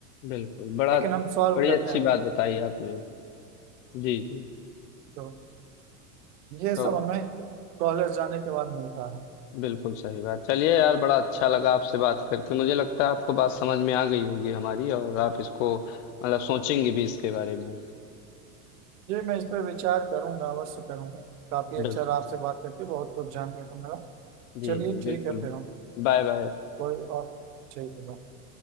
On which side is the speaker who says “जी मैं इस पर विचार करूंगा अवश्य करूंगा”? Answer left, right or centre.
Right